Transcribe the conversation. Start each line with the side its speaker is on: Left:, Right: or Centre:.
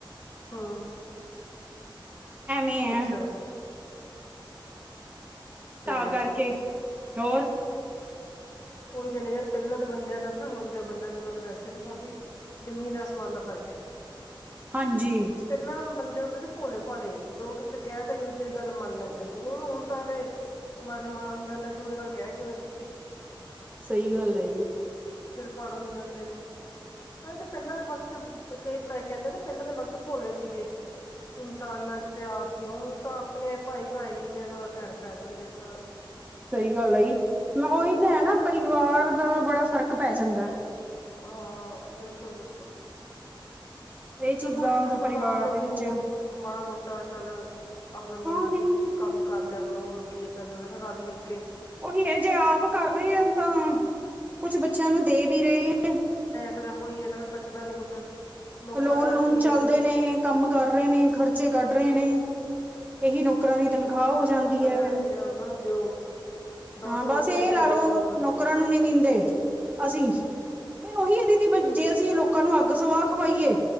Left: ਹਾਂ
Right: ਐਵੇਂ ਆ।
Left: ਅੱਛਾ, ਫੇਰ
Right: ਤਾਂ ਕਰਕੇ, ਹੋਰ
Left: ਉਹੀ ਕਹਿੰਦੇ ਯਾਰ ਪਹਿਲਾਂ ਦੇ ਬੰਦਿਆਂ ਦਾ ਤੇ ਨਾ ਹੁਣ ਦੇ ਬੰਦਿਆਂ ਨਾਲ ਵੈਸੇ ਵੀ ਭਾਬੀ ਜ਼ਮੀਨ ਆਸਮਾਨ ਦਾ ਫ਼ਰਕ ਐ।
Right: ਹਾਂਜੀ।
Left: ਪਹਿਲਾਂ ਬੰਦੇ ਹੁੰਦੇ ਸੀ ਭੋਲੇ ਭਾਲੇ ਜੋ ਕਿਥੇ ਕਹਿ ਤਾ ਕਿ ਦੂਜੇ ਦੀ ਗੱਲ ਮੰਨ ਲੈਂਦੇ ਸੀ ਹੁਣ ਹੁਣ ਤਾਂ ਅਗਲੇ ਮਰਨ ਮਾਰਨ ਜਾਂਦਾ ਤੂੰ ਇਹ ਗੱਲ ਕਹਿ ਕਿਵੇਂ ਦਿੱਤੀ।
Right: ਸਹੀ ਗੱਲ ਏ।
Left: ਸਿਰ ਪਾੜਨ ਨੂੰ ਜਾਂਦੇ ਨੇ। ਤਾਹੀ ਤਾਂ ਪਹਿਲਾਂ ਦੇ ਵਕਤ ਕਹਿੰਦੇ ਨਾ ਪਹਿਲਾਂ ਦੇ ਵਕਤ ਭੋਲੇ ਸੀਗੇ। ਇਨਸਾਨਾਂ 'ਚ ਪਿਆਰ ਸੀ ਹੁਣ ਤਾਂ ਆਪਣੇ ਭਾਈ ਭਾਈ ਨੂੰ ਦੇ ਸਕਦਾ ਭੈਣ ਭੈਣ ਨੂੰ ਦੇ ਸਕਦੀ।
Right: ਸਹੀ ਗੱਲ ਹੈਗੀ, ਮੈਂ ਉਹੀ ਤਾਂ ਹੈ ਨਾ ਪਰਿਵਾਰ ਦਾ ਬੜਾ ਫ਼ਰਕ ਪੈ ਜਾਂਦਾ।
Left: ਹਾਂ ਬਿਲਕੁਲ-ਬਿਲਕੁਲ।
Right: ਇਹ
Left: ਚਲੋ
Right: ਚੀਜ਼ਾਂ
Left: ਕੋਈ ਨੀ ਤੁਸੀਂ
Right: ਦਾ
Left: ਦੁਕਾਨ
Right: ਪਰਿਵਾਰ
Left: ਦੇ ਕੋ
Right: ਵਿੱਚ
Left: ਹੋਰ, ਮਾੜਾ-ਮੋਟਾ ਚੱਲ, ਆਪਣਾ ਮਿ
Right: ਹਾਂ ਨਹੀਂ
Left: ਕੰਮ ਕਰ ਲਿਆ ਕਰੋ ਹੋਰ ਕੀ ਹੈ ਚੱਲ ਹਨਾ ਰਲ-ਮਿਲ ਕੇ।
Right: ਉਹੀ ਇਹ ਜੇ ਆਪ ਕਰ ਰਹੇ ਆ ਤਾਂ, ਕੁਛ ਬੱਚਿਆਂ ਨੂੰ ਦੇ ਵੀ ਰਹੇ ਆ।
Left: ਫਿਰ ਉਹੀ ਆ ਨਾ ਫਿਰ ਬਚਦਾ ਨੀ ਕੁਛ। ਨੌਕਰ
Right: ਲੋਨ-ਲੂਨ
Left: ਰੱਖ ਕੇ
Right: ਚੱਲਦੇ ਨੇ ਕੰਮ ਕਰ ਰਹੇ ਨੇ ਖਰਚੇ ਕੱਢ ਰਹੇ ਨੇ, ਇਹੀ ਨ- ਨੋਕਰਾਂ
Left: ਉਹੀ
Right: ਦੀ ਤਨਖਾਹ
Left: ਹੈ ਨਾ ਫਿਰ
Right: ਹੋ
Left: ਦਸ
Right: ਜਾਂਦੀ
Left: ਪੰਦਰਾਂ
Right: ਏ
Left: ਹਜ਼ਾਰ
Right: ਫੇਰ
Left: ਰੁਪਇਆ ਉਹਨਾਂ ਨੂੰ ਦਿਓ ਦਸ
Right: ਹਾਂ
Left: ਹਜ਼ਾਰ
Right: ਬਸ
Left: ਉੱਤੇ
Right: ਇਹ
Left: ਪੈ
Right: ਲਾ
Left: ਜੂਗਾ
Right: ਲੋ
Left: ਹੋਰ ਹਾਂ
Right: ਨੌਕਰਾਂ ਨੂੰ ਨੀ ਦਿੰਦੇ ਅਸੀਂ। ਫੇਰ ਉਹੀ ਏ ਦੀਦੀ, ਜੇ ਅਸੀਂ ਲੋਕਾਂ ਨੂੰ ਅੱਗ ਸਵਾਹ ਖਵਾਈਏ